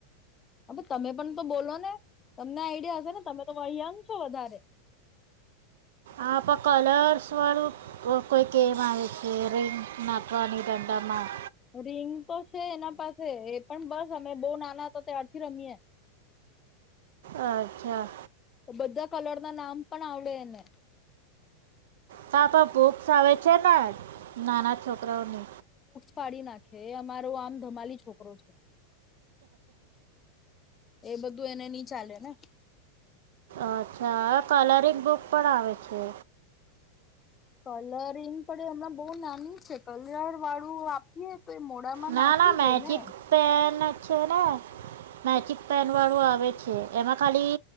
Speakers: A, on the left; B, on the right.
A: અબે તમે પણ તો બોલો ને તમને આઈડિયા હશે ને તમે તો <unintelligible> છો વધારે.
B: આ પણ કલર્સ વાળું કોઈક ગેમ આવે છે રિંગ નાખવાની દંડામાં.
A: રિંગ તો છે એના પાસે એ પણ બસ અમે બઉં નાના હતા ત્યારથી રમીયે.
B: અચ્છા.
A: બધા કલર ના નામ પણ આવડે એને.
B: પાપા બુક્સ આવે છે ને નાના છો રાઓનો
A: પાડી નાખે એ અમારો આમ ધમાલી છોકરો છે. એ બધું એને ની ચાલે ને.
B: અચ્છા કલરિંગ બુક પણ આવે છે.
A: કલરિંગ પડે હમણાં બઉ નાની છે કલર વાળું આપીએ તો એ મોડામાં
B: ના
A: નાખી
B: ના
A: દે
B: મેજિક
A: ને
B: પેન છે ને. મેજિક પેન વાળું આવે છે એમાં ખાલી